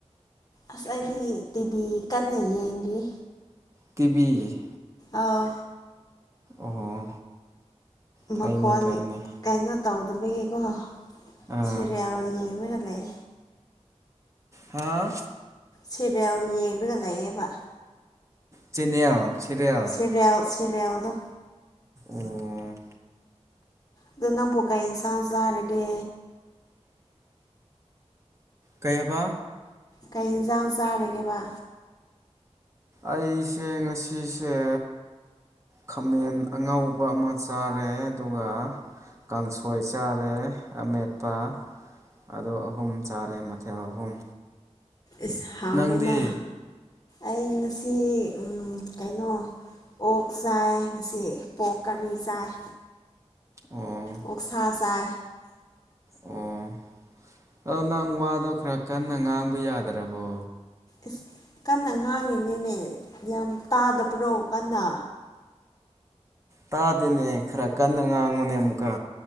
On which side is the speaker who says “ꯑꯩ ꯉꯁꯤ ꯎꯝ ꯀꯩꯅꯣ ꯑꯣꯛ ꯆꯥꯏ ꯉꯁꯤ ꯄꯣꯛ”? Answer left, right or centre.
Left